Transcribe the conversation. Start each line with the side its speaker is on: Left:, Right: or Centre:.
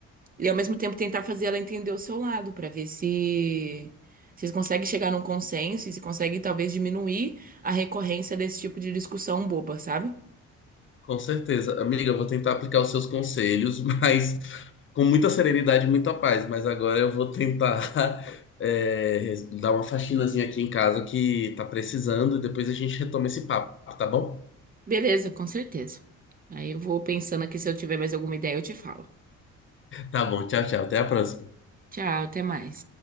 Right: E ao mesmo tempo tentar fazer ela entender o seu lado, pra ver se vocês conseguem chegar num consenso e se consegue talvez diminuir a recorrência desse tipo de discussão boba, sabe?
Left: Com certeza. Amiga, eu vou tentar aplicar os seus conselhos, <laughs> mas com muita serenidade e muita paz. Mas agora eu vou tentar <laughs> é, dar uma faxinazinha aqui em casa que tá precisando, e depois a gente retoma esse papo, tá bom?
Right: Beleza, com certeza. Aí eu vou pensando aqui, se eu tiver mais alguma ideia, eu te falo.
Left: Tá bom, tchau, tchau. Até a próxima.
Right: Tchau, até mais.